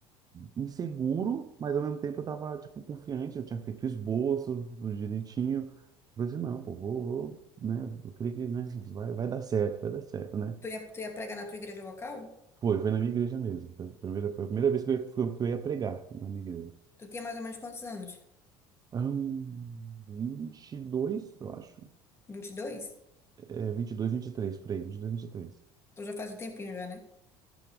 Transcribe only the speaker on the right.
inseguro, mas ao mesmo tempo eu tava tipo confiante, eu tinha feito o esboço tudo direitinho. Eu falei assim, não, pô, vou, vou, né? Eu creio que, né, vai, vai dar certo, vai dar certo, né?
Foi, foi na minha igreja mesmo. Foi a primeira, foi a primeira vez que eu, ia- que eu que eu ia pregar na minha igreja.
Ahn, vinte e dois eu acho.
É 22, três por aí, 22, três